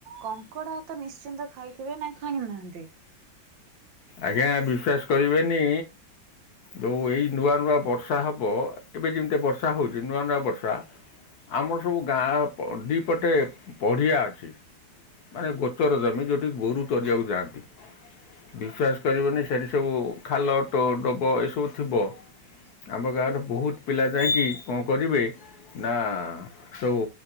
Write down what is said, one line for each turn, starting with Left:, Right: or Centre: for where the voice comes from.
Right: କଙ୍କଡା ତ ନିଶ୍ଚିନ୍ତ ଖାଇ କେବେ ନାଇଁ ଖାଇ ନାହାନ୍ତି?
Left: ଆଜ୍ଞା ବିଶ୍ଵାସ କରିବେନି ଯୋଉ ଏଇ ନୂଆ ନୂଆ ବର୍ଷା ହେବ ଏବେ ଯେମିତି ବର୍ଷା ହେଉଛି ନୂଆ ନୂଆ ବର୍ଷା ଆମର ସବୁ ଗାଁ ପ ଦିପଟେ ପଡ଼ିଆ ଅଛି। ମାନେ ଗୋଚର ଜମି ଯେଉଁଠି ଗୋରୁ ଚରିବାକୁ ଯାଆନ୍ତି। ବିଶ୍ୱାସ କରିବନି ସେଠି ସବୁ ଖାଲ, ଡୋବ ଏସବୁ ଥିବ। ଆମ ଗାଁର ବହୁତ ପିଲା ଯାଇକି କଣ କରିବେ ନା ସବୁ